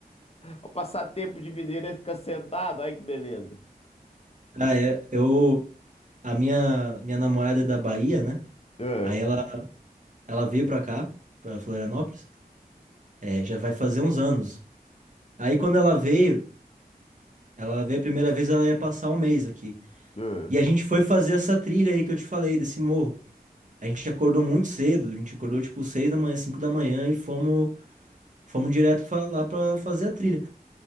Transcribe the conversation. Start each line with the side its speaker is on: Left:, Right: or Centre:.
Left: O passatempo de mineiro é ficar sentado, olha que beleza.
Right: Ah, é, eu, a minha, minha namorada é da Bahia, né?
Left: É,
Right: Aí ela, ela veio pra cá, pra Florianópolis, é, já vai fazer uns anos. Aí quando ela veio, ela veio a primeira vez, ela ia passar um mês aqui.
Left: é.
Right: E a gente foi fazer essa trilha aí que eu te falei, desse morro. A gente acordou muito cedo, a gente acordou tipo 6 da manhã, 5 da manhã e fomos, fomos direto pra, lá pra fazer a trilha.